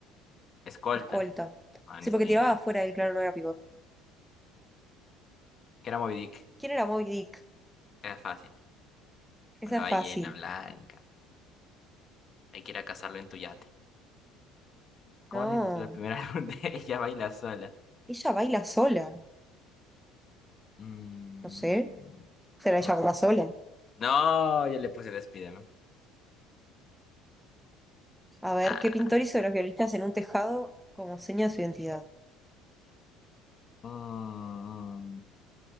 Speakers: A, on the left (about 40°); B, in the centre.
A: Escolta.
B: Escolta.
A: No,
B: Sí,
A: no es
B: porque
A: ni
B: tiraba
A: idea.
B: afuera del claro, no era pivot.
A: ¿Qué era Moby Dick?
B: ¿Quién era Moby Dick?
A: Era fácil.
B: Esa
A: Una
B: es
A: ballena
B: fácil.
A: blanca. Hay que ir a cazarlo en tu yate. ¿Cómo
B: No.
A: se titula el primer <laughs> álbum de Ella Baila Sola?
B: Ella baila sola.
A: Mm,
B: No sé. Será
A: no.
B: ella
A: sé.
B: baila sola.
A: No, yo le puse el Spiderman.
B: A ver,
A: Ah.
B: ¿qué pintor hizo de los violinistas en un tejado como seña de su identidad?
A: Mm,